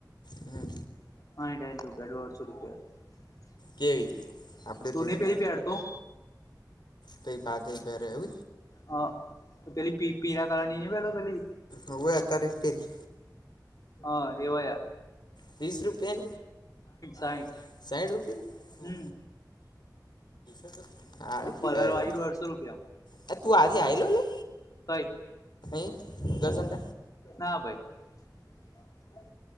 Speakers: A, on the left (about 80°); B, on the left (about 50°).
A: હમ્મ.
B: <unintelligible> રૂપિયા દોઢસો રૂપિયા
A: કેવી આપડે
B: તું
A: પેલી
B: નહી પેરી પેડ તો.
A: તે બાદરે હો
B: હા તો પેલી પી પીરા કારણની ન બેેડો પેલી
A: હોવે અત્યારે પેરી
B: હ એવો
A: ત્રીસ રૂપિયા
B: સાઈઠ
A: ની સાઠ રૂપિયા
B: હમ
A: <inaudible> હારુ
B: અને
A: કેવાય
B: કલર વાળી દોઢસો રૂપિયા
A: છે તું આજે આલો ને
B: કઈ
A: એ દસન્ટ
B: ના ભાઈ